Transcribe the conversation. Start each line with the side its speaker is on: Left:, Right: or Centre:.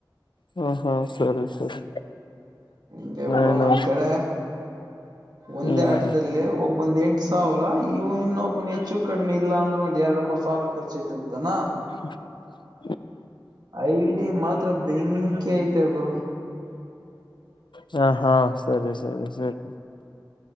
Left: ಹ ಹೂ ಸರಿ ಸರಿ.
Right: ಹೆಂಗೆ ಬ್ರೋ
Left: ಏನು
Right: ನಮ್ ಕಡೆ ಒಂದೇ
Left: ಹ್ಮ್
Right: ಆಟದಲ್ಲಿ ಒಬ್ಬೊಂದ ಎಂಟು ಸಾವಿರ ಇವು ಇನ್ನೊಬ್ಬನು ಹೆಚ್ಚು ಕಡಿಮೆ ಇಲ್ಲ ಅಂದ್ರೆ ಒಂದ್ ಎರಡ್ ಮೂರ್ ಸಾವಿರ ಖರ್ಚ ಇಟ್ಟಿರ್ತಾನ.
Left: <inaudible>
Right: ಐಡಿ ಮಾತ್ರ ಬೆಂಕಿ ಐತೆ ಗುರು
Left: ಹಾ ಹಾ ಸರಿ ಸರಿ ಸರಿ.